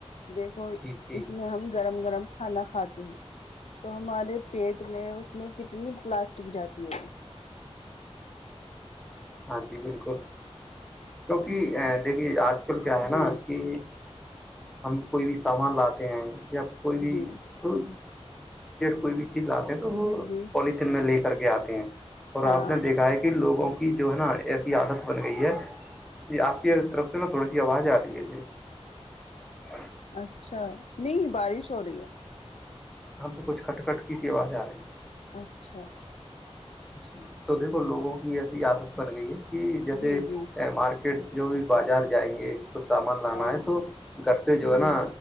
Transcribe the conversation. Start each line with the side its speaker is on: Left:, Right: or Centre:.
Left: دیکھو
Centre: جی جی
Left: اس میں ہم گرم گرم کھانا کھاتے ہیں تو ہمارے پیٹ میں اس میں کتنی پلاسٹک جاتی ہوگی
Centre: ہاں جی بالکل کیونکہ ا دیکھیے آج کیا ہے نا
Left: جی
Centre: کہ ہم کوئی بھی سامان لاتے ہیں یا کوئی بھی
Left: جی
Centre: تو کوئی بھی چیز لاتے ہیں تو وہ
Left: جی جی
Centre: پولیتھین میں لے کر کے آتے ہیں اور
Left: ہاں
Centre: آپ نے دیکھا ہے کہ لوگوں کی جو ہے نا ایسی عادت بن گئی ہے یہ آپ کی طرف سے نا تھوڑی سی آواز آ رہی ہے جی ا <unintelligible>
Left: اچھا نہیں بارش ہو رہی ہے
Centre: ہم تو کچھ کٹ کٹ کی سیوا جا رہی ہے
Left: اچھا
Centre: جی تو دیکھو لوگوں کی ایسی عادت بن گئی ہے کہ جیسے
Left: جی جی
Centre: مارکیٹ جو بھی بازار جائیں گے کچھ سامان لانا
Left: ہاں جی
Centre: ہے تو گھر سے جو
Left: جی
Centre: ہے نا